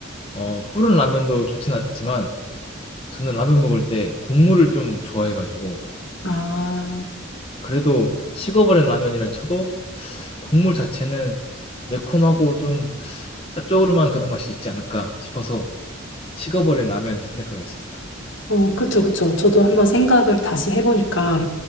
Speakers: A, on the left (about 30°); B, on the left (about 65°).
A: 어 불은 라면도 좋진 않지만 저는 라면 먹을 때 국물을 좀 좋아해가지고
B: 아,
A: 그래도 식어버린 라면이라 쳐도 국물 자체는 매콤하고 좀 짭조름한 그런 맛이 있지 않을까 싶어서 식어버린 라면을 선택하겠습니다.
B: 어, 그쵸, 그쵸. 저도 한번 생각을 다시 해보니까